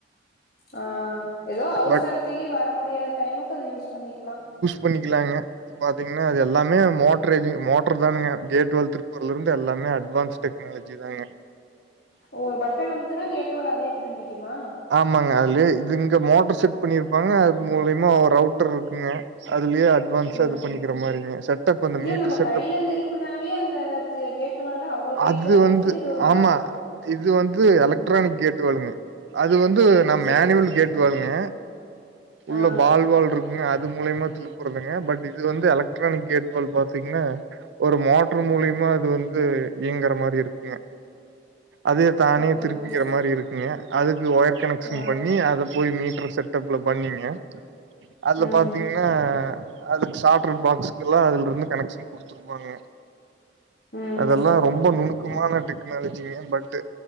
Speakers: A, on the left; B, on the right.
A: அ எதோ அவ்சரத்திக்கி
B: பட்
A: வர முடியாத டைமுக்கு அது யூஸ் பண்ணிக்குலா
B: பண்ணிக்குலாங்க ப்ப பாத்தீங்கன்னா அது எல்லாமே மோட்ரேஜ் மோட்ரு தானுங்க கேட்வால் திருப்புறதுல இருந்து எல்லாமே அட்வான்ஸ் டெக்ங்க ஃப்லெஜ்ஜி தாங்க
A: ஓ ஒரு பட்டன அமுத்துனா கேட்டுவாலு அதுவே திரும்பிக்குமா
B: ஆமாங்க அதுலயே இது இங்க மோட்ரு செட் பண்ணிருப்பாங்க அது மூலயமா ஒரு அவுட்ரு இருக்குங்க அதுலயே அட்வான்ஸா
A: ம்
B: இது பண்ணிக்கிற மாரிங்க செட்டப் அந்த
A: இல்ல
B: மீட்ரு
A: நம்ம
B: செட்டப்
A: கையில திருப்புனாவே அந்த தி- கேட்டு வால அவ்ளோ டைட்டா
B: அது
A: இருக்கு
B: வந்து
A: இது ஒரு
B: ஆமா
A: பட்
B: இது வந்து எலக்ட்ரானிக் கேட் வாளுங்க அது வந்து நா
A: சேரி
B: மேனுவல்
A: சேரி
B: கேட்
A: சேரி
B: வாளுங்க உள்ள
A: ஆ
B: பால் வால் இருக் குங்க அது மூலியமா திருப்புறதுங்க பட்டு இது வந்து எலக்ட்ரானிக் கேட் வால் பாத்தீங்கன்னா ஒரு மோட்ரு மூலியமா அது வந்து இயங்குற மாரி இருக்குங்க அதே தானே
A: ஓகே
B: திருப்பிக்கிற
A: ஓகே ஓகே
B: மாரி இருக்குங்க அதுக்கு ஒயர் கனெக் க்ஷன்
A: ஆ
B: பண்ணி அத போய் மீட்டர் செட்டப்ல பண்ணீங்க அதுல
A: ம்
B: பாத்தீங்ன்னா அது சாட்ரு பாக்சுக்லா அதுல இருந்து கனெக்க்ஷன் குடுத்துற்ப்பாங்க
A: ம்
B: அதெல்லா
A: ம்
B: ரொம்ப நுணுக்கமான டெக்னாலஜி பட்டு